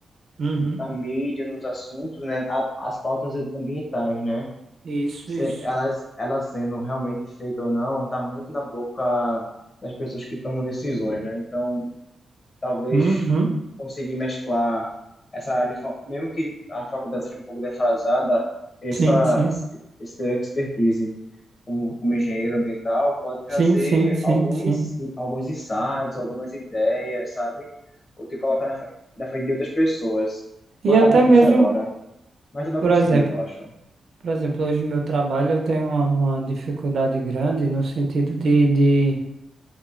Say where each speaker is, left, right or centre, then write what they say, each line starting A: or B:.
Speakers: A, on the right; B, on the left.
A: Uhum.
B: na mídia, nos assuntos, né, a- as pautas ambientais, né,
A: Isso,
B: se-
A: isso.
B: elas, elas sendo realmente feitas ou não, está muito na boca das pessoas que tomam decisões, né, então talvez
A: Uhum.
B: conseguir mesclar essa área, de fa- mesmo que a faculdade seja um pouco defasada, essa
A: Sim, sim.
B: esse, esse teu expertise como, como engenheiro ambiental pode trazer
A: Sim, sim, sim,
B: alguns
A: sim.
B: alguns insights, algumas ideias, sabe? Ou te colocar na, fre- na frente de outras pessoas. Pode
A: E até
B: estar difícil
A: mesmo,
B: agora, mas tu vai
A: por
B: conseguir,
A: exemplo,
B: eu acho.
A: Por exemplo, hoje no meu trabalho eu tenho uma, uma dificuldade grande no sentido de, de,